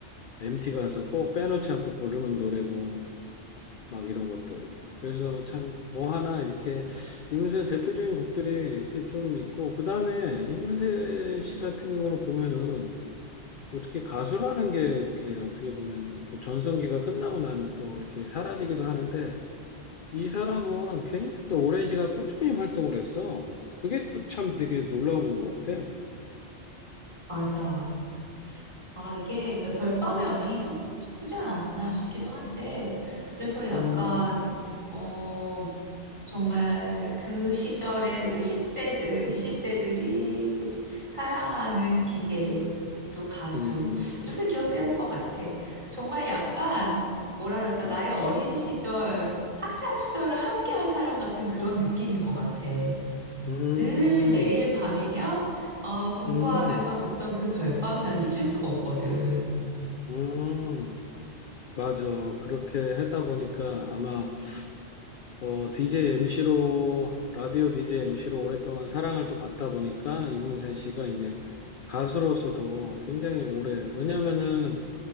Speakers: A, on the left (about 55°); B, on the right (about 25°).
A: MT 가서 꼭 빼놓지 않고 부르는 노래고 막 이런 것들. 그래서 참 뭐 하나 이렇게 이문세 대표적인 곡들이 이렇게 좀 있고 그 다음에 이문세 씨 같은 경우는 보면은 어떻게 가수라는 게 이렇게 어떻게 보면은 뭐 전성기가 끝나고 나면 또 이렇게 사라지기도 하는데 이 사람은 굉장히 오랜 시간 꾸준히 활동을 했어. 그게 또 참 되게 놀라운 것 같아.
B: 맞아. 아, 이게 그러니까 별밤의 영향이 커, 크지 않았나 싶기도 한데, 그래서 약간,
A: 음,
B: 어, 정말 그 시절에 우리 10대들, 20대들이 사랑하는 DJ, 또 가수,
A: 음,
B: 이렇게 기억되는
A: 음,
B: 것 같아. 정말 약간,
A: 음,
B: 뭐라 그럴까, 나의
A: 음,
B: 어린 시절, 학창 시절을 함께한 사람 같은 그런 느낌인 것 같아.
A: 음,
B: 늘 매일 밤이면 어, 공부하면서
A: 음,
B: 듣던 그 별밤이 난 잊을 수가 없거든.
A: 음. 맞아. 그렇게 하다 보니까 아마 어, DJ MC로 라디오 DJ MC로 오랫동안 사랑을 또 받다 보니까 이문세 씨가 이제 가수로서도 굉장히 오래 왜냐하면은